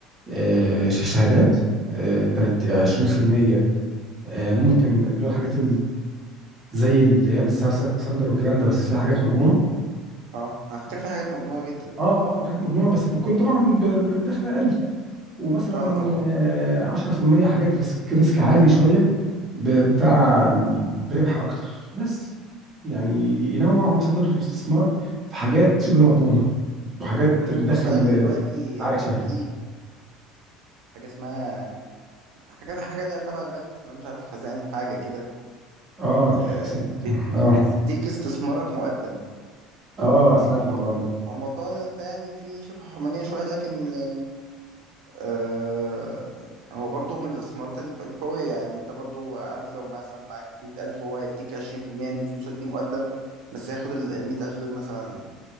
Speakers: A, on the right; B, on the right.
A: آه، ش- شهادات آه، تلات- 20% آه، ممكن اللي هو الحاجات زي اللي هي الساندر والكلام ده بس فيها حاجات مضمونه
B: اه على فكرة في حاجات مضمونة جدا
A: اه اه الحاجات المضمونه بس بتكون طبعا ب- ب- بدخل اقل ومثلا
B: اه طبعا
A: آه، 10% حاجات ريسك ريسك عالي شويه ب- بتاع بربح اكتر بس يعني ينوع مصادر الاستثمار في حاجات شبه مضمونه وحاجات
B: خد
A: بتدخل
B: خد بالك
A: آه،
B: دلوقتي
A: عائد
B: بقى
A: شهري
B: في حاجة اسمها حاجة حاجة ده تبع البنك اسمها مش عارف خزائن حاجة كده
A: اه
B: آه
A: س-
B: بت...
A: اه
B: بتديك استثمارك مقدم
A: اه سمعت
B: هو مو-
A: الموضوع ده
B: هو الموضوع ده يعني فيه شبه حرمانية شوية لكن يعني آه، هو برضو من الاستثمارات الق- القوية يعني انت برضو عارف لو مثلا معاك مية ألف وهو هيديك عشرين في المية من فلوسك دي مقدم بس هياخد المية ألف دول مثلا